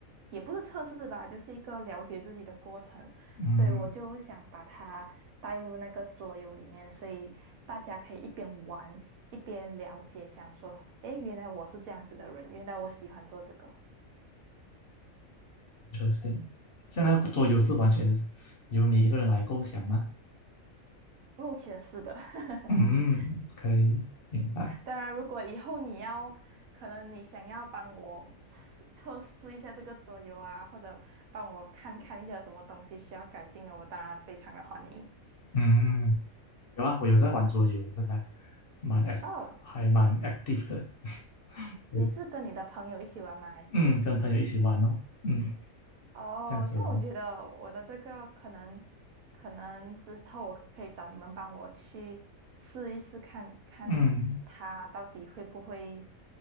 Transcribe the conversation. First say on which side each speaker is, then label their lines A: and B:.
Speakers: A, on the right; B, on the left.
A: 也不是测试吧，就是一个了解自己的过程，
B: 嗯
A: 所以我就想把它带入那个桌游里面，所以大家可以一边玩一边了解，讲说，诶，原来我是这样子的人，原来我喜欢做这个。
B: ，interesting。这样那个桌游是完全由你一个人来构想吗？
A: 目前是的，<laughs>
B: 嗯，可以明白。
A: 当然，如果以后你要，可能你想要帮我测测试一下这个桌游啊，或者帮我看看一下有什么东西需要改进的，我当然非常的欢迎。
B: 嗯。有啊，我有在玩桌游的，现在蛮 act，
A: 哦，
B: 还蛮 active 的。对，
A: 你是跟你的朋友一起玩吗？还是？
B: 嗯，跟朋友一起玩哦，嗯，
A: 哦，
B: 这样子咯，
A: 这样我觉得我的这个可能，可能之后我可以找你们帮我去试一试看，看它到底会不会，
B: 嗯，